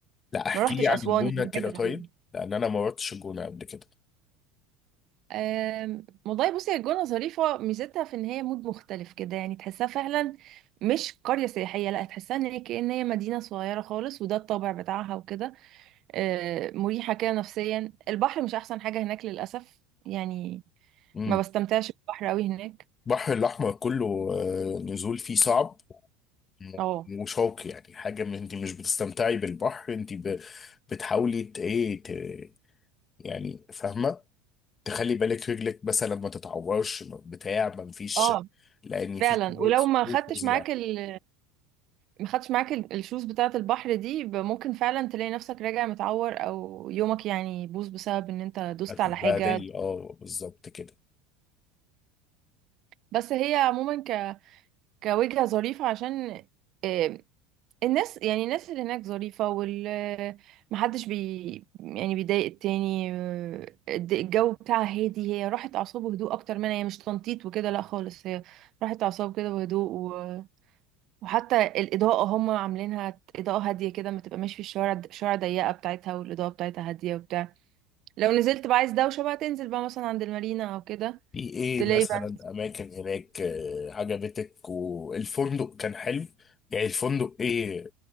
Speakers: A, on the left (about 20°); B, on the right (about 45°).
A: لا احكي
B: ما رحتش
A: لي عن
B: اسوان
A: الجونة
B: يعني
A: كده
B: حاجه
A: طيب
B: غريبه
A: لان انا ما رحتش الجونة قبل كده
B: أم، والله بصي هي الجونه ظريفه ميزتها في ان هي مود مختلف كده يعني تحسها فعلا مش قريه سياحيه لا تحسها ان هي كأن هي مدينه صغيره خالص وده الطابع بتاعها وكده أه، مريحه كده نفسيا البحر مش احسن حاجه هناك للاسف يعني
A: امم
B: ما بستمتعش بالبحر قوي هناك
A: البحر الاحمر كله آه، نزول فيه صعب وم-
B: اه
A: وشوك يعني حاجة من انت مش بتستمتعي بالبحر انت ب... بتحاولي ت... ايه ت... يعني فاهمة تخلي بالك رجلك مثلا ما تتعورش ما- بتاع ما مفيش
B: اه
A: لان
B: فعلا
A: في كمية
B: ولو
A: صخور
B: ما خدتش
A: فظيعة
B: معاك ال ما خدتش معاك ال- الشوز بتاعه البحر دي ب- ممكن فعلا تلاقي نفسك راجع متعور او يومك يعني يبوظ بسبب ان انت دوست
A: هتتبهدلي
B: على حاجه
A: اه بالظبط كده
B: بس هي عموما ك... كوجهة ظريفة عشان آه، الناس يعني الناس اللي هناك ظريفة وال محدش بي يعني بيضايق التاني آه، الد- الجو بتاعها هادي هي راحت أعصاب وهدوء أكتر منها هي مش تنطيط وكده لا خالص هي راحت أعصاب كده وهدوء و... وحتى الإضاءة هم عاملينها إضاءة هادية كده ما تبقى ماشي في الشوارع الشوارع ضيقة بتاعتها والإضاءة بتاعتها هادية وبتاع لو نزلت بقى عايز دوشة بقى تنزل بقى مثلا عند المارينا أو كده
A: في ايه
B: تلاقي
A: مثلا
B: بقى
A: اماكن هناك آه، عجبتك والفندق كان حلو يعني الفندق ايه